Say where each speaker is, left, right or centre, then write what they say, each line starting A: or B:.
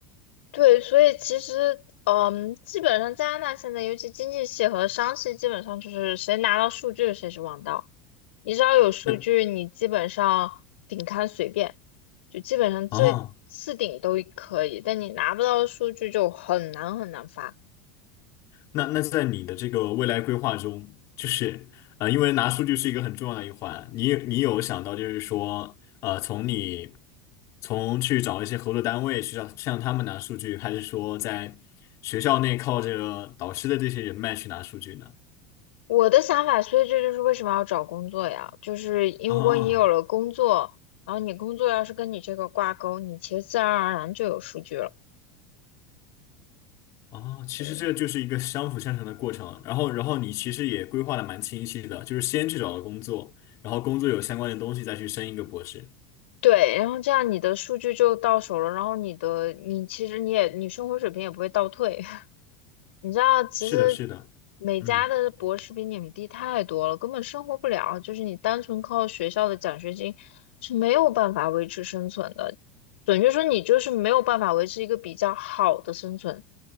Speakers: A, on the left; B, on the left.
A: 对，所以其实，嗯，基本上加拿大现在，尤其经济系和商系，基本上就是谁拿到数据谁是王道。你只要有数据，
B: 那
A: 你基本上顶刊随便，就基本上这次顶都可以。
B: 啊，
A: 但你拿不到数据就很难很难发。
B: 那那在你的这个未来规划中，就是啊，因为拿数据是一个很重要的一环，你有你有想到就是说，呃，从你从去找一些合作单位去找向他们拿数据，还是说在学校内靠这个导师的这些人脉去拿数据呢？
A: 我的想法，所以这就是为什么要找工作呀，就是因为你有了工作，
B: 啊。
A: 然后你工作要是跟你这个挂钩，你其实自然而然就有数据了。
B: 哦，其实这就是一个相辅相成的过程。
A: 嗯，
B: 然后，然后你其实也规划的蛮清晰的，就是先去找了工作，然后工作有相关的东西再去升一个博士。
A: 对，然后这样你的数据就到手了，然后你的你其实你也你生活水平也不会倒退。<laughs> 你知道，其实
B: 是的，是的，
A: 美加的博士比你们低太多了，
B: 嗯，
A: 根本生活不了，就是你单纯靠学校的奖学金是没有办法维持生存的。准确说，你就是没有办法维持一个比较好的生存。